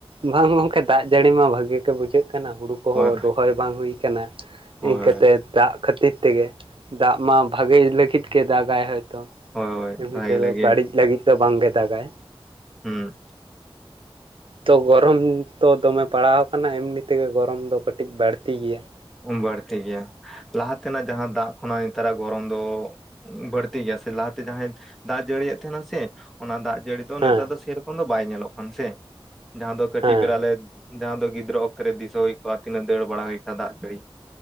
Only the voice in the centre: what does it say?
ᱦᱳᱭ
ᱦᱳᱭ
ᱦᱳᱭ ᱦᱳᱭ
ᱵᱷᱟᱜᱮ
ᱞᱟᱹᱜᱤ
ᱦᱮᱸ
ᱵᱟᱹᱲᱛᱤ ᱜᱮᱭᱟ ᱞᱟᱦᱟ ᱛᱮᱱᱟᱜ ᱡᱟᱦᱟᱸ ᱫᱟᱜ ᱠᱷᱚᱱᱟᱜ ᱱᱮᱛᱟᱨᱟᱜ ᱜᱚᱨᱚᱢ ᱫᱚ ᱵᱟᱹᱲᱛᱤ ᱜᱮᱭᱟ ᱥᱮ ᱞᱟᱦᱟᱛᱮ ᱡᱟᱦᱟᱸᱭ ᱫᱟᱜ ᱡᱟᱹᱲᱤᱭᱮᱫ ᱛᱟᱦᱮᱱᱟ ᱥᱮ ᱚᱱᱟ ᱫᱟᱜ ᱡᱟᱹᱲᱤ ᱫᱚ
ᱱᱮᱛᱟᱨ ᱫᱚ ᱥᱮᱨᱚᱠᱚᱢ ᱫᱚ ᱵᱟᱭ ᱧᱮᱞᱚᱜ ᱠᱟᱱᱟ ᱥᱮ ᱡᱟᱦᱟᱸ ᱫᱚ ᱠᱟᱹᱴᱤᱡ
ᱵᱮᱨ ᱞᱮ ᱡᱟᱦᱟᱸ ᱫᱚ ᱜᱤᱫᱽᱨᱟᱹ ᱚᱠᱛᱚ ᱨᱮ ᱫᱤᱥᱟᱹ ᱦᱩᱭ ᱠᱚᱜ-ᱟ ᱛᱤᱱᱟᱹᱜ ᱫᱟᱹᱲ ᱵᱟᱲᱟ ᱦᱩᱭ ᱠᱚᱜ-ᱟ ᱫᱟᱜ ᱡᱟᱹᱲᱤ